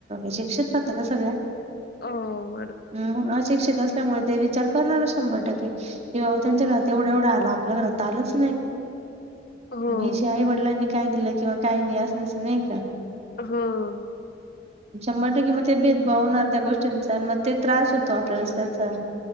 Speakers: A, on the right; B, on the left.
A: शिक्षित होतं का सगळ्या
B: ह.
A: हम् अशिक्षित असल्यामुळे ते विचार करणार शंभर टक्के. ते बाबा त्यांच्या घरात एवढा एवढा आला आपल्या घरात आलंच नाही
B: हो
A: म्हगहिझ्या आई वडिलांनी काय दिलं किंवा काय नाही असेल अस नाही का?
B: हम्.
A: शंभर टक्के मग ते भेदभाव होणार त्या गोष्टींचा आणि मग ते त्रास होतो आपल्याला त्याचा